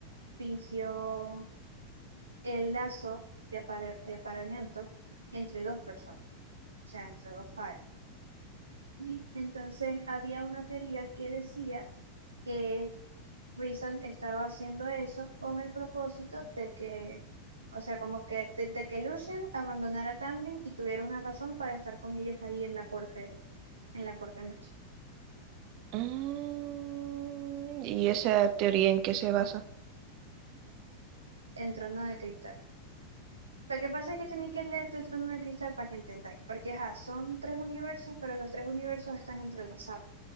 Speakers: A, on the right (about 75°); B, on the right (about 40°).
A: fingió el lazo de, apare- de apareamiento entre dos personas, o sea, entre dos Fire. Sí. Entonces había una teoría que decía que Reason estaba haciendo eso con el propósito de que, o sea, como que de, de que Lucien abandonara a Tamlin y tuviera una razón para estar con ellos ahí en la corte, en la corte noche,
B: Mm, y esa teoría en qué se basa.
A: en Trono de Cristal. Lo que pasa es que tenéis que leerte Trono de Cristal para que entendáis, porque ajá, son tres universos, pero los tres universos están entrelazados.